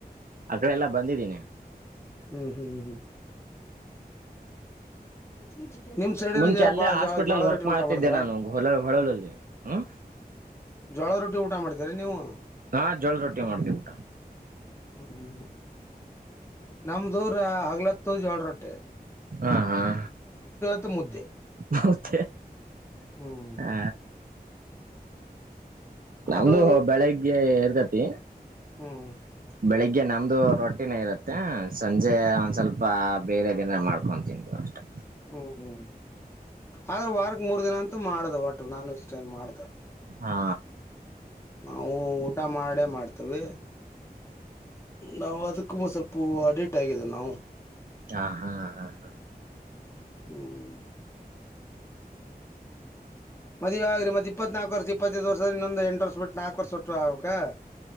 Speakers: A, on the right (about 60°); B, on the left (about 15°).
A: ಅಕಡೆ ಎಲ್ಲಾ ಬಂದಿನಿ
B: ಹು ಹು ಹು ಮಚಲಿ ಮೇ ನಿಮ್ಮ ಸೈಡಿದಾಗ
A: ಮುಂಚೆ ಅಲ್ಲೇ
B: ಬಾಳ
A: ಹಾಸ್ಪಿಟ್ಲಲ್ಲಿ
B: ಜೋಳದ
A: ವರ್ಕ್
B: ರೊಟ್ಟಿ
A: ಮಾಡ್ತಿದ್ದೆ
B: ಊಟ ಮಾಡತಾರಾ
A: ನಾನು ಹೊಲ ಹೊಳಲಲ್ಲಿ ಹ್ಮ್
B: ಜೋಳದ ರೊಟ್ಟಿ ಊಟ ಮಾಡ್ತೀರೆನ್ ನೀವು ಹು
A: ಹಾ ಜೋಳದ ರೊಟ್ಟಿ ಮಾಡ್ತೀವಿ ಊಟ
B: ಹು ಹು ಹು ನಮ್ದೂರ ಹಗ್ಲತ್ತು ಜೋಳ ರೊಟ್ಟೆ
A: ಹಾ ಹಾ ಆ
B: ಹತ್ತು ಮುದ್ದೆ
A: ಮುದ್ದೆ
B: ಹ್ಮ್
A: ಹ ನಮ್ದು
B: ಅದು
A: ಬೆಳಿಗ್ಗೆ ಇರ್ತತಿ
B: ಹ್ಮ್
A: ಬೆಳಗ್ಗೆ ಗೆ ನಮ್ದು ರೊಟ್ಟಿನೇ ಇರುತ್ತೆ ಸಂಜೆ ಒಂದ್ ಸ್ವಲ್ಪ ಬೇರೆದೇನ ಮಾಡ್ಕೊತಿಂತೇವ ಅಷ್ಟೆ
B: ಹ್ಮ್ ಹ್ಮ್ ಆದ್ರೆ ವಾರಕ್ ಮೂರ್ ದಿನ ಅಂತೂ ಮಾಡ್ದ ಒಟ್ಟು ನಾನ್ ವೆಗೆಟೀರಿಯನ್ ಮಾಡ್ದ
A: ಹಾ
B: ನಾವು ಊಟ ಮಾಡೇ ಮಾಡ್ತಿವಿ ನಾವು ಅದಕ್ಕು ಸ್ವಲ್ಪ ಅಡಿಟ್ ಆಗಿದೆ ನಾವು
A: ಹಾ ಹಾ ಹಾ ಹಾ
B: ಹ್ಮ್ ಮದುವೆ ಆದ್ರೆ ಮತ್ತೆ ಇಪ್ಪತ್ನಾಲ್ಕ್ ವರ್ಷ ಇಪ್ಪತ್ತೈದು ವರ್ಷದ ಇನ್ನೊಂದು ಎಂಟ ವರ್ಷ ಬಿಟ್ಟ ನಾಕ್ ವರ್ಷ ಬಿಟ್ಟ ಆಗ್ಬೇಕಾ